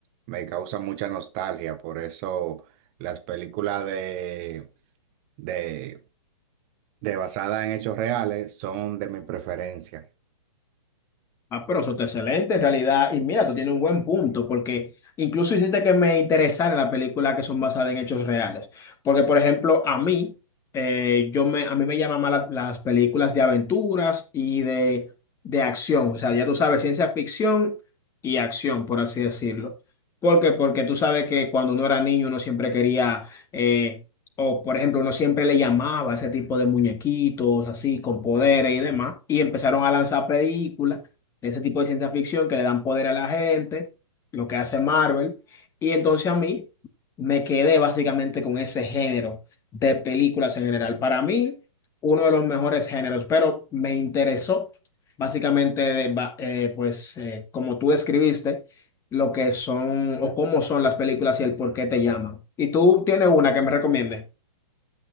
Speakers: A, on the right; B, on the left.
A: me causa mucha nostalgia. Por eso las películas de, de, de basadas en hechos reales son de mi preferencia.
B: Ah, pero eso está excelente en realidad. Y mira, tú tienes un buen punto, porque incluso hiciste que me interesara las películas que son basadas en hechos reales. Porque, por ejemplo, a mí, eh, yo me, a mí me llaman más la- las películas de aventuras y de, de acción. O sea, ya tú sabes, ciencia ficción y acción, por así decirlo. ¿Por qué? Porque tú sabes que cuando uno era niño, uno siempre quería, eh, o por ejemplo, uno siempre le llamaba a ese tipo de muñequitos así, con poderes y demás, y empezaron a lanzar películas ese tipo de ciencia ficción que le dan poder a la gente, lo que hace Marvel. Y entonces a mí me quedé básicamente con ese género de películas en general. Para mí, uno de los mejores géneros, pero me interesó básicamente, de ba- eh, pues eh, como tú describiste, lo que son o cómo son las películas y el por qué te llaman. ¿Y tú tienes una que me recomiendes?